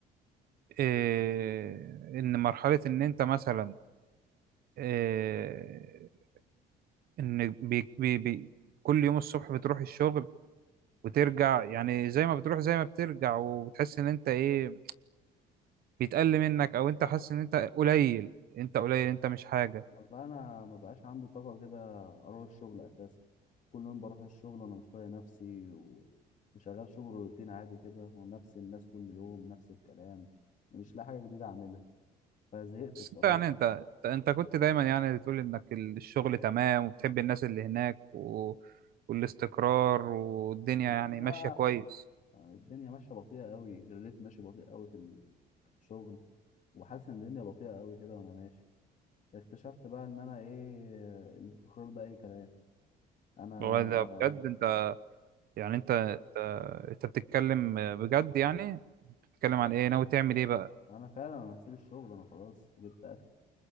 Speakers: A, on the right; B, on the left.
A: آه، ان مرحلة ان انت مثلا آه، ان بي بي بي كل يوم الصبح بتروح الشغل وترجع يعني زي ما بتروح زي ما بترجع وبتحس ان انت ايه بيتقل منك او انت حاسس ان انت قليل انت قليل انت مش حاجة
B: والله انا ما بقاش عندي طاقه كده اروح الشغل اساسا كل يوم بروح الشغل وانا مش طايق نفسي و... وشغال شغل روتين عادي كده ونفس الناس كل يوم نفس الكلام مش لاقي حاجه جديده اعملها فزهقت
A: بس
B: بصراحه
A: انت يعني انت انت انت كنت دايما يعني بتقول انك الشغل تمام وبتحب الناس اللي هناك و... والاستقرار والدنيا
B: والله
A: يعني
B: ده
A: ماشية كويس
B: الدنيا ماشيه بطيئه قوي الريت ماشي بطيء قوي في الشغل وحاسس ان الدنيا بطيئه قوي كده وانا ماشي اكتشفت بقى ان انا ايه الاستقرار ده اي كلام انا
A: هو ده بجد انت يعني انت انت انت بتتكلم بجد يعني بتتكلم عن ايه ناوي تعمل ايه بقى
B: انا فعلا انا هسيب الشغل انا خلاص جبت اخر